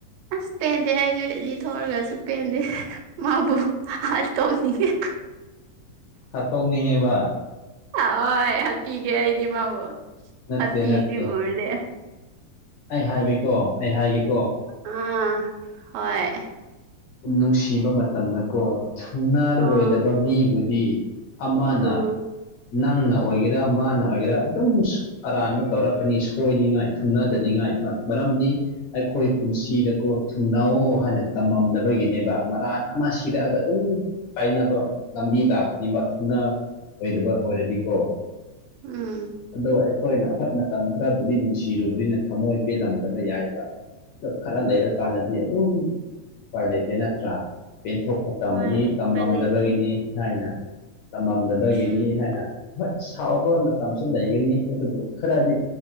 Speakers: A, on the right; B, on the left.
A: ꯑꯁ ꯄꯦꯟꯗꯦ ꯑꯩ ꯂꯤꯊꯣꯛꯑꯒꯁꯨ ꯄꯦꯟꯗꯦ ꯃꯥꯕꯨ ꯇꯧꯅꯤꯉꯦ
B: ꯍꯥꯠꯇꯣꯛ ꯅꯤꯉꯦꯕ
A: ꯍꯣꯏ ꯍꯥꯠꯄꯤꯒꯦ ꯑꯩꯗꯤ ꯃꯥꯕꯨ
B: ꯅꯠꯇꯦ
A: ꯍꯥꯠꯄꯤꯒꯤꯗꯤ
B: ꯅꯠꯇꯦ
A: ꯎꯔꯗꯤ
B: ꯑꯩ ꯍꯥꯏꯒꯦꯀꯣ ꯑꯩ ꯍꯥꯏꯒꯦ
A: ꯑꯥ ꯍꯣꯏ
B: ꯅꯨꯡꯁꯤꯕ ꯃꯇꯝꯗꯀꯣ ꯊꯨꯡꯅꯔꯔꯣꯏꯗꯕ
A: ꯑꯥ
B: ꯃꯤꯕꯨꯗꯤ ꯑꯃꯅ
A: ꯎꯝ
B: ꯅꯪꯅ ꯑꯣꯏꯒꯦꯔꯥ ꯃꯥꯅ ꯑꯣꯏꯒꯦꯔꯥ ꯑꯗꯨꯝ ꯑꯔꯥꯟꯕ ꯇꯧꯔꯛꯀꯅꯤ ꯁꯣꯏꯅꯤꯡꯉꯥꯏ ꯊꯨꯡꯅꯗꯅꯤꯡꯉꯥꯏ ꯃꯔꯝꯗꯤ ꯑꯩꯈꯣꯏ ꯄꯨꯟꯁꯤꯗꯀꯣ ꯊꯨꯡꯅꯧ ꯍꯥꯏꯅ ꯇꯃꯝꯗꯕꯒꯤꯅꯦꯕ ꯃꯔꯥꯟ ꯑꯃ ꯁꯤꯔꯛꯑꯒ ꯑꯗꯨꯝ ꯀꯥꯏꯅꯕ ꯂꯝꯕꯤ ꯂꯥꯛꯀꯅꯤꯕ ꯊꯨꯡꯅꯥ ꯑꯣꯏꯗꯕ ꯑꯣꯏꯔꯗꯤꯀꯣ
A: ꯎꯝ
B: ꯑꯗꯣ ꯑꯩꯈꯣꯏꯅ ꯍꯣꯏ ꯃꯇꯝ ꯈꯔꯕꯨꯗꯤ ꯅꯨꯡꯁꯤꯔꯨꯕꯅꯤꯅ ꯊꯝꯃꯣꯏ ꯄꯦꯜꯂꯝꯗꯕ ꯌꯥꯏꯑꯦꯕ ꯗꯣ ꯈꯔ ꯂꯩꯔ ꯀꯥꯟꯗꯗꯤ ꯑꯗꯨꯝ ꯎꯄꯥꯏ ꯂꯩꯇꯦ ꯅꯠꯇ꯭ꯔꯥ ꯄꯦꯟꯊꯣꯛꯄ ꯇꯝꯕꯅꯤ
A: ꯍꯣꯏ ꯎꯄꯥꯏ
B: ꯇꯃꯝꯗꯕꯒꯤꯅꯤ
A: ꯂꯩꯇ꯭ꯔꯦ
B: ꯍꯥꯏꯅ ꯇꯝꯃꯝꯗꯕꯒꯤꯅꯤ
A: ꯎꯝ
B: ꯍꯥꯏꯅ ꯍꯣꯏ ꯁꯥꯎꯕ ꯃꯇꯝꯁꯨ ꯂꯩꯒꯅꯤ ꯑꯗꯨꯕꯨ ꯈꯔꯗꯤ